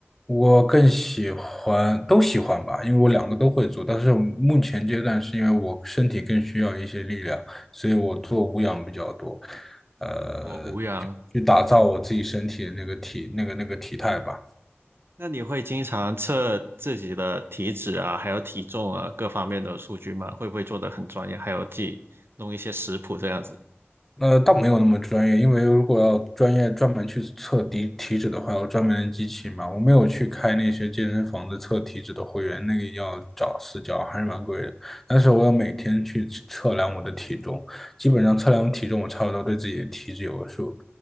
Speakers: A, in the centre; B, on the right.
A: 我更喜欢都喜欢吧，因为我两个都会做，但是目前阶段是因为我身体更需要一些力量，所以我做无氧比较多，呃，
B: 哦，无氧。
A: 去打造我自己身体的那个体那个那个体态吧。
B: 那你会经常测自己的体脂啊，还有体重啊，各方面的数据吗？会不会做得很专业？还有自己弄一些食谱这样子？
A: 呃，倒没有那么专业，因为如果要专业专门去测体体脂的话，要专门的机器嘛。我没有去开那些健身房的测体脂的会员，那个要找私教，还是蛮贵的。但是我要每天去测量我的体重，基本上测量体重，我差不多对自己的体脂有个数。